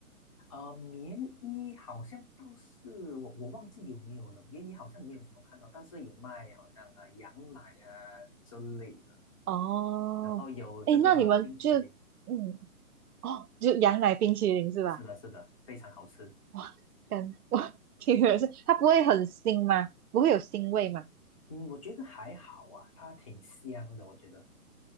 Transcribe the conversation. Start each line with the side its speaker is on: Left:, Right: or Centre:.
Left: 呃，棉衣好像倒是我我忘记有没有了，棉衣好像没有什么看到，但是有卖好像啊羊奶啊之类的，
Right: 哦，
Left: 然后有这个冰淇淋，
Right: 哎，那你们就嗯哦，就羊奶冰淇淋是吧？
Left: 是的，是的，非常好吃。
Right: 哇，感 <laughs> 哇，听意是它不会很腥吗？不会有腥味吗？
Left: 嗯，我觉得还好啊，它挺香的，我觉得。